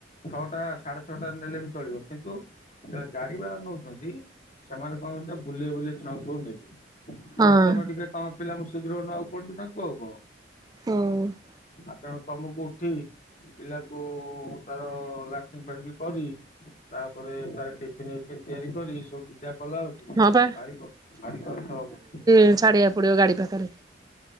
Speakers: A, on the left; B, on the right.
A: ଛଅଟା ସାଢ଼େ ଛଅଟା ନେଲେ ବି ଚଳିବ କିନ୍ତୁ, ଯେତେବେଳେ ଗାଡ଼ି ବାଲା ନେଉଛନ୍ତି ସେମାନେ କଣ କରଉଥିଲେ ବୁଲେଇ-ବୁଲେଇ ଛୁଆଙ୍କୁ ସବୁ ନେବେ, ତେଣୁ
B: ହଁ।
A: ଅଟୋମେଟିକ ତମ ପିଲାଙ୍କୁ ଶୀଘ୍ର ନବାକୁ ପଡନ୍ତି ନା କୁହଉ କଣ,
B: ହଉ,
A: ଆଉ ତେଣୁ ତମକୁ ଉଠି, ପିଲାକୁ ତାର ଲାଟ୍ରିଙ୍କ୍ ଫାଟ୍ରିଙ୍କ୍ କରି ତାପରେ ତାଟି ଏ ଟିପ୍ ତିଆରି କରି ସବୁ ବିଦା କଲା ବେଳକୁ
B: ହଁ ପା
A: ଭାରି କ ଭାରି କଷ୍ଟ ହବ,
B: ହୁଁ ଛାଡ଼ିବା କୁ ପଡ଼ିବ ଗାଡ଼ି ପାଖରେ,